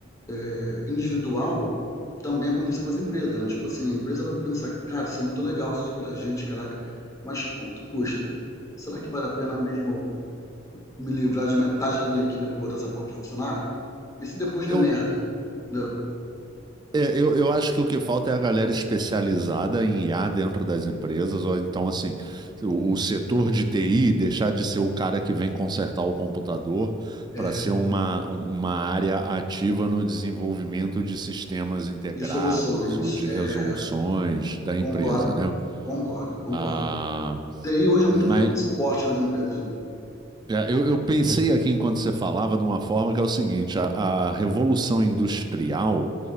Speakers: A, on the left; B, on the right.
A: é, individual, também acontece com as empresas, né? Tipo assim, a empresa vai pensar, cara, isso é muito legal, isso é super agente, caraca, mas quanto custa? Será que vale a pena mesmo me livrar de metade da minha equipe para botar essa porra para funcionar? Isso depois
B: Eu
A: da merda, entendeu?
B: É, eu, eu acho que o que falta é a galera especializada em IA dentro das empresas, ou então, assim, o, o setor de TI deixar de ser o cara que vem consertar o computador
A: É,
B: para ser uma, um- uma área ativa no desenvolvimento de sistemas integrados
A: e soluções.
B: ou de
A: É,
B: resoluções da empresa,
A: Concordo,
B: né?
A: concordo, concordo.
B: Ah,
A: TI hoje é
B: mas
A: muito voltada para suporte nas empresas, né.
B: é, eu, eu pensei aqui enquanto você falava de uma forma que é o seguinte: a a revolução industrial